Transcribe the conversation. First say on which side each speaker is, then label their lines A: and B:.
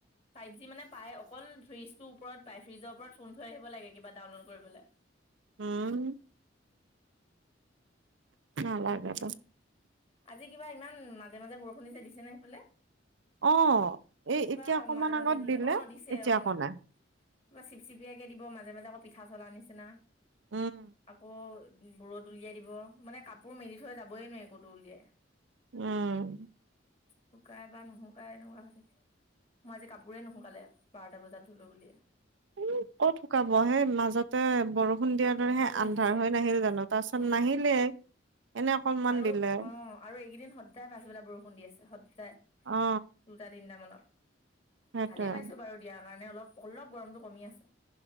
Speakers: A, on the left; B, on the right.
A: ফাইভ জি মানে পাই অকল ফ্ৰিজ ওপৰত পাই, ফিজৰ ওপৰত ফোন থৈ আহিব লাগে, কিবা ডাউনলড কৰিবলৈ।
B: উম। নালাগেতো
A: সেইকাৰণে, আজি কিবা ইমান মাজে মাজে বৰষুণ দিছে, দিছে ন সেইফালে।
B: অ এই
A: কিবা
B: এতিয়া অকমান
A: মাজে
B: আগত
A: মাজে দিয়ে,
B: দিলে
A: অ' দিছে
B: এতিয়া
A: অ'।
B: আকৌ নাই
A: কিবা চিপচিপিয়াকে দিব মাজে মাজে আকৌ পিঠা চলা নিচিনা,
B: উম
A: আকৌ বোৰত উলিয়াই দিব, মানে কাপোৰ মেলি থৈ যাবই নোৱাৰি কতো উলিয়াই।
B: উম।
A: শুকাই বা নুশুকাই এনেকুৱা হৈ থাকে। মই আজি কাপোৰেই নুশোকালে, বাৰটা বজাত ধুলো বুলিয়েই।
B: উ ক'ত শুকাব সেই মাজতে বৰষুণ দিয়াৰ দৰে সেই
A: উম
B: আন্ধাৰ
A: দিছে
B: হৈ
A: উম
B: নাহিল জানো। তাৰ পাছত
A: উম
B: নাহিলে, এনে অকনমান
A: আৰু
B: দিলে
A: অ' আৰু এইকেইদিন সদায় পাছবেলা বৰষুণ দি আছে, সদায়।
B: অ
A: দুটা তিনিট মানত,
B: সেইটোৱে
A: ভালেই পাইছো বাৰু দিয়াৰ কাৰণে অলপ, অলপ গৰমটো কমি আছে।